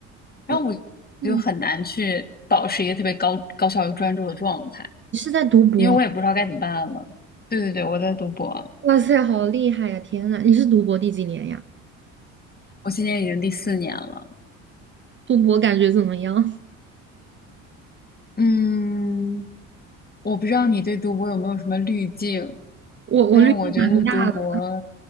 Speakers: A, on the left; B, on the right.
A: 然后我就很难去保持一个特别高高效又专注的状态。
B: 哦嗯，你是在读博？
A: 因为我也不知道该怎么办了。对对对，我在读博，
B: 哇塞，好厉害呀！天呐，你是读博第几年呀？
A: 我今年已经第四年了。
B: 读博感觉怎么样？
A: 嗯，我不知道你对读博有没有什么滤镜，
B: 我我滤镜蛮大的，
A: 但是我觉得读博，